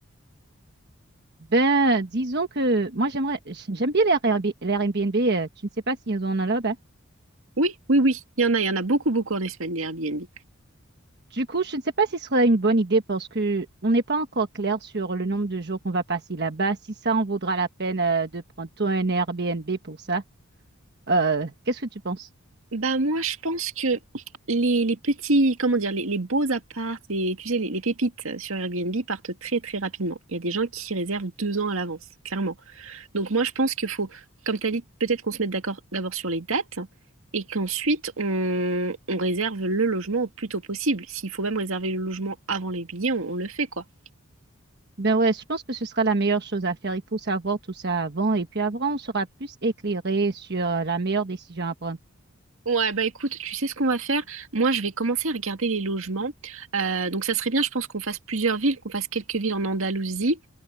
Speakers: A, on the right; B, on the right.
A: Ben, disons que moi j'aimerais, j'aime bien les Airbnb, les Airbnb, euh, tu ne sais pas s'ils en ont là-bas.
B: Oui, oui, oui. Il y en a, il y en a beaucoup, beaucoup en Espagne, des Airbnb.
A: Du coup, je ne sais pas si ce serait une bonne idée parce que on n'est pas encore clair sur le nombre de jours qu'on va passer là-bas, si ça en vaudra la peine euh, de prendre toi un Airbnb pour ça. Euh, qu'est-ce que tu penses?
B: Bah moi je pense que les, les petits, comment dire, les, les beaux apparts, les, tu sais, les, les pépites sur Airbnb partent très très rapidement. Il y a des gens qui réservent deux ans à l'avance, clairement. Donc moi je pense qu'il faut, comme tu as dit, peut-être qu'on se mette d'accord d'abord sur les dates et qu'ensuite on, on réserve le logement au plus tôt possible. S'il faut même réserver le logement avant les billets, on, on le fait quoi.
A: Ben ouais, je pense que ce sera la meilleure chose à faire. Il faut savoir tout ça avant et puis avant, on sera plus éclairé sur euh, la meilleure décision à prendre.
B: Ouais, bah écoute, tu sais ce qu'on va faire? Moi, je vais commencer à regarder les logements. Euh, donc, ça serait bien, je pense, qu'on fasse plusieurs villes, qu'on fasse quelques villes en Andalousie.